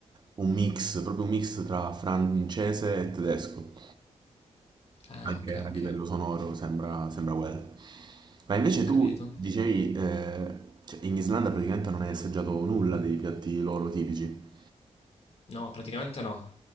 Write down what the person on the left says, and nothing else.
Ah,
ok,
ok,
ho capito.
No, praticamente no.